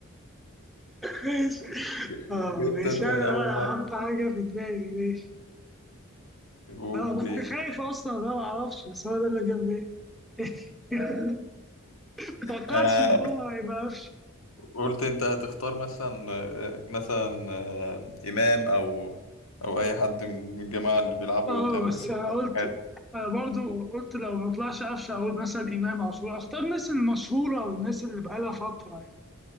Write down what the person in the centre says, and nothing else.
ماشي
اه
ماشي
انا
بقى
هحط حاجه في دماغي ماشي
انا كنت خايف اصلا انا ما اعرفش بس هو ده اللي جاب بالي <laughs> توقعتش
ان هو هيبقى قفشه
اه
بس
انا قلت
انا برضو قلت لو ما طلعش قفشه اقول مثلا امام عاشور اختار الناس المشهوره او الناس اللي بقالها فتره يعني